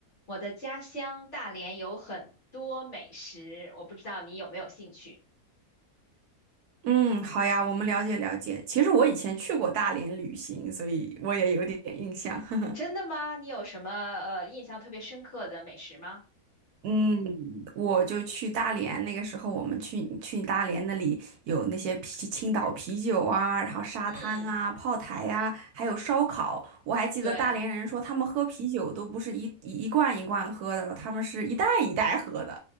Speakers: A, on the left; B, on the right.
A: 我的家乡大连有很多美食，我不知道你有没有兴趣？
B: 嗯，好呀，我们了解了解。其实我以前去过大连旅行，所以我也有点 <laughs> 印象。<laughs>
A: 真的吗？你有什么呃印象特别深刻的美食吗？
B: 嗯，我就去大连，那个时候我们去去大连那里有那些啤青岛啤酒啊，然后沙滩啊、
A: 嗯，
B: 炮台呀、啊还有烧烤。我还记得大连人说他们喝啤酒都不是一一一罐一罐喝的，
A: 对
B: 他们是一袋一袋喝的。